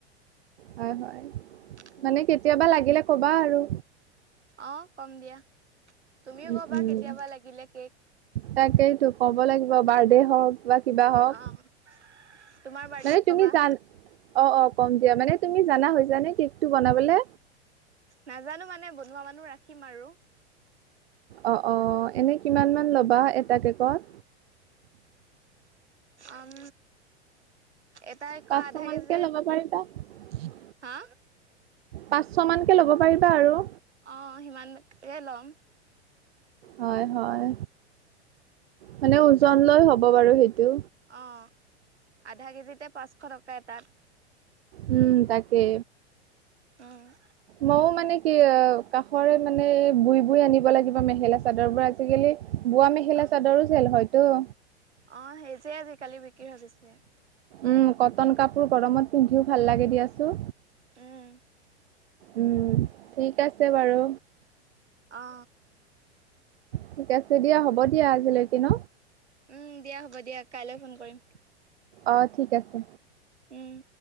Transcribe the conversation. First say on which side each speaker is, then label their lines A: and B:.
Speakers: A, on the right; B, on the right.
A: হয় হয়
B: উম,
A: মানে কেতিয়াবা লাগিলে কবা আৰু।
B: অ কম দিয়া তুমিও
A: উম
B: কবা
A: উম।
B: কেতিয়াবা লাগিলে কেক।
A: তাকেইতো ক'ব লাগিব বাৰ্থডে হওক কিবা বা। হওক
B: অ তোমাৰ বাৰ্থডেত
A: মানে তুমি
B: কবা।
A: জান অ অ কম দিয়া মানে তুমি জানা হৈছানে কেকটো বনাবলে।
B: নাজানো মানে বনোৱা মানুহ ৰাখিম আৰু।
A: অ অ এনে কিমান মান ল'বা এটা কেকত।
B: উম এটাই কই
A: পাঁচশ
B: আধা
A: মানকে
B: কেজিত।
A: ল'ব <inaudible>
B: হা।
A: পাঁচশ মানকে ল'ব পাৰিবা আৰু।
B: অ সিমান এ লম।
A: হয় হয় মানে ওজন লৈ হ'ব বাৰু সেইটো।
B: অ আধা কেজিতে পাঁচশ টকা এটাত।
A: উম তাকে।
B: উম।
A: মৌ মানে। কি কাষৰে মানে বই বৈ আনিব লাগিব মেখেলা চাদৰ পৰা আজিকালি। বোৱা মেখেলা
B: অ
A: চাদৰো চ হয়তো।
B: অ সেই যে আজিকালি বিক্ৰী ভাবিছে।
A: উম কটন কাপোৰ গৰমত পিন্ধিও ভাল লাগে দিয়াচো।
B: উম।
A: উম ঠিক আছে বাৰু।
B: অ
A: ঠিক আছে দিয়া হ'ব দিয়া আজিলৈকে ন।
B: উম দিয়া হ'ব দিয়া কাইলৈ ফোন কৰিম।
A: অ ঠিক আছে।
B: উম।